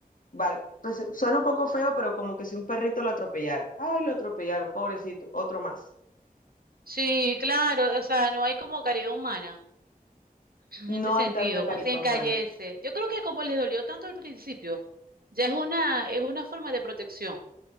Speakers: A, on the left; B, on the right.
A: vale, pues suena un poco feo, pero como que si un perrito lo atropellara, ay, lo atropellaron, pobrecito, otro más.
B: Sí, claro, o sea, no hay como caridad humana en
A: No
B: ese sentido,
A: hay tanta calidad
B: pues se encallece.
A: humana.
B: Yo creo que como les dolió tanto al principio, ya es una, es una forma de protección.